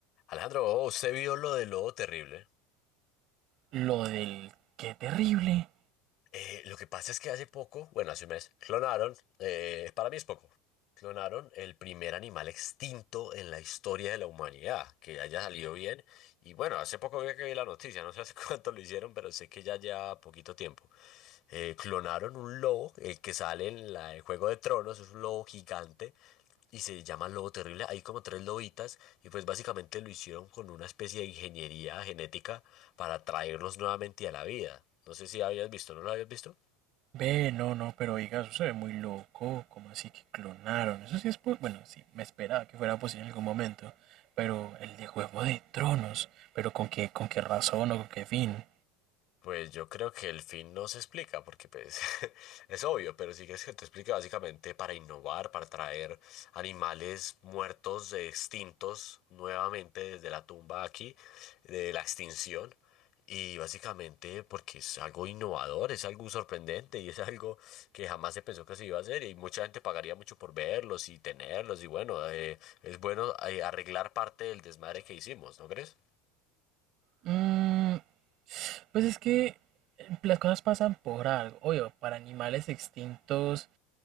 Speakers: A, on the left; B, on the right.
A: Alejandro, oh, usted vio lo de Lobo Terrible.
B: Lo del qué terrible.
A: Eh, lo que pasa es que hace poco, bueno, hace un mes, clonaron, eh, para mí es poco, clonaron el primer animal extinto en la historia de la humanidad, que haya salido bien. Y bueno, hace poco vi que vi la noticia, no sé hace <laughs> cuánto lo hicieron, pero sé que ya lleva poquito tiempo. eh, clonaron un lobo, el que sale en la de Juego de Tronos, es un lobo gigante y se llama lobo terrible. Hay como tres lobitas y pues básicamente lo hicieron con una especie de ingeniería genética para traerlos nuevamente a la vida. No sé si habías visto, ¿no lo habías visto?
B: Ve, no, no, pero oiga, eso se ve muy loco. ¿Cómo así que clonaron? Eso sí es. po- Bueno, sí, me esperaba que fuera posible en algún momento. Pero el de Juego de Tronos. ¿Pero con qué, con qué razón o con qué fin?
A: Pues yo creo que el fin no se explica, porque pues <laughs> es obvio, pero sí que es que te explica básicamente para innovar, para traer animales muertos, eh, extintos nuevamente desde la tumba aquí, de la extinción, y básicamente porque es algo innovador, es algo sorprendente y es algo que jamás se pensó que se iba a hacer y mucha gente pagaría mucho por verlos y tenerlos y bueno, eh, es bueno eh, arreglar parte del desmadre que hicimos, ¿no crees?
B: Mm, pues es que eh, las cosas pasan por algo. Obvio, para animales extintos